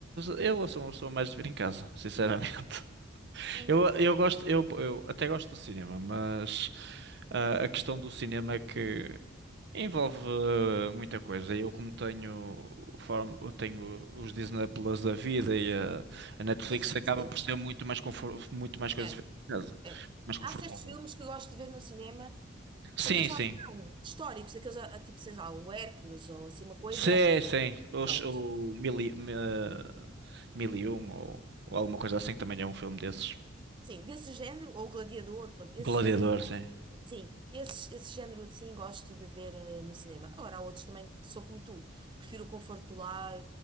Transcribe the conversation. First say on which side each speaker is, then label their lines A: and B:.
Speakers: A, on the right; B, on the right.
A: Eu sou uma pessoa mais de ver em casa, sinceramente. <laughs>
B: Uhum.
A: Eu, eu gosto, eu, eu até gosto do cinema, mas ah, a questão do cinema é que envolve ah, muita coisa. Eu como tenho o form- eu tenho os Disney Plus da vida e a, a Netflix
B: Gostas dessas
A: acaba
B: coisas?
A: por ser muito mais confor- muito mais coisas
B: É.
A: a ver em casa,
B: É.
A: mais confortável.
B: Há certos filmes que eu gosto de ver no cinema,
A: Sim,
B: aqueles lá
A: sim.
B: que são históricos, aqueles ah, tipo, sei lá, o Hércules ou assim, uma coisa,
A: Sim, sim. Os,
B: pronto.
A: o mil e, mi- eh, mil e um ou, ou alguma coisa assim que também é um filme desses.
B: Sim, desse género, ou o Gladiador, pronto, esse,
A: Gladiador,
B: esse-
A: sim.
B: sim, esse, esse género assim gosto de ver eh, no cinema. Agora, há outros também que sou como tu, prefiro o conforto do lar,